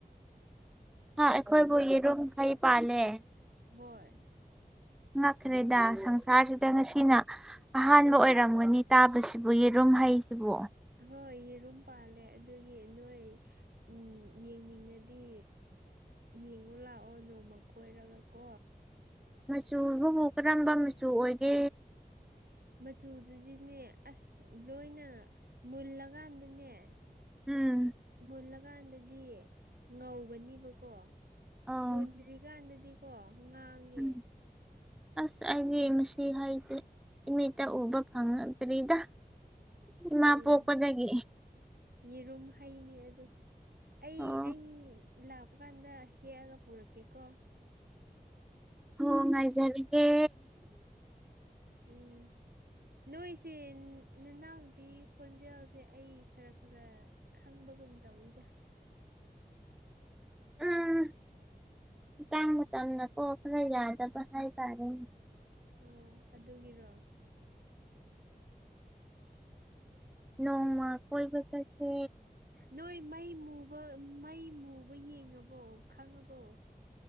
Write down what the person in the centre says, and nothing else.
ꯍꯥ ꯑꯩꯈꯣꯏꯕꯨ ꯌꯦꯔꯨꯝꯈꯩ ꯄꯥꯜꯂꯦ
ꯉꯛꯈ꯭ꯔꯦꯗ ꯁꯪꯁꯥꯔꯁꯤꯗ ꯉꯁꯤꯅ ꯑꯍꯥꯟꯕ ꯑꯣꯏꯔꯝꯒꯅꯤ ꯇꯥꯕꯁꯤꯕꯨ ꯌꯦꯔꯨꯝ ꯍꯩꯁꯤꯕꯨ
ꯃꯆꯨꯗꯨꯕꯨ ꯀꯔꯝꯕ ꯃꯆꯨ ꯑꯣꯏꯒꯦ
ꯎꯝ
ꯑꯣ
ꯎꯝ ꯑꯁ ꯑꯩꯗꯤ ꯃꯁꯤ ꯍꯥꯏꯁꯦ ꯏꯃꯤꯠꯇ ꯎꯕ ꯐꯪꯉꯛꯇ꯭ꯔꯤꯗ ꯏꯃꯥ
ꯄꯣꯛꯄꯗꯒꯤ
ꯑꯣ
ꯍꯣ ꯉꯥꯏꯖꯔꯒꯦ
ꯎꯝ ꯃꯇꯥꯡ ꯃꯇꯝꯅꯀꯣ ꯈꯔ ꯌꯥꯗꯕ ꯍꯥꯏ ꯇꯥꯔꯦꯅꯦ
ꯅꯣꯡꯃ ꯀꯣꯏꯕ ꯆꯠꯁꯦ